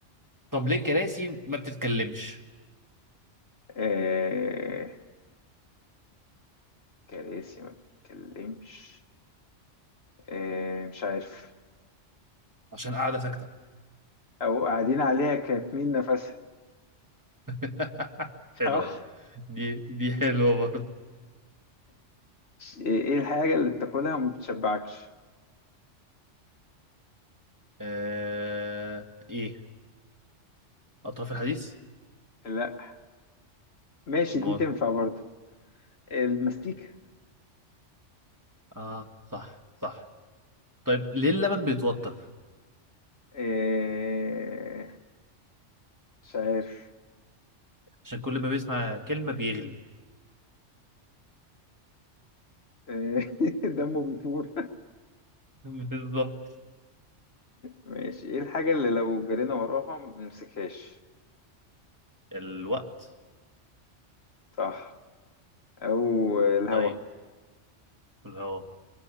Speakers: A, on the right (about 15°); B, on the left (about 60°).
A: طب ليه الكراسي ما بتتكلمش
B: إيه كراسي ما بتتكلمش إيه مش عارف
A: عشان قاعدة ساكتة
B: او قاعدين عليها كاتمين نفسها
A: <laughs> حلوة
B: اه
A: دي دي حلوة
B: ايه الحاجة اللي بتاكلها وما بتشبعكش
A: آه... ايه اطراف الحديث
B: لا ماشي
A: امال
B: دي تنفع برضه المستيك
A: اه صح صح طيب ليه اللبن بيتوتر
B: إيه مش عارف
A: عشان كل ما بيسمع كلمة بيغلي
B: إيه <laughs> دمه بيفور
A: <laughs> بالظبط
B: ماشي ايه الحاجة اللي لو جرينا وراها ما بنمسكهاش
A: الوقت
B: صح او الهوا
A: طيب الهواء